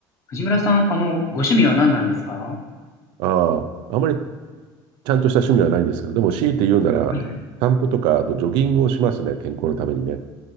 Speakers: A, on the left; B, on the right.
A: 藤村さん、あの、ご趣味は何なんですかは
B: ああ、あまりちゃんとした趣味はないんですけど、でも強いて言うなら、
A: いはい。
B: 散歩とか、あとジョギングをしますね、健康のためにね。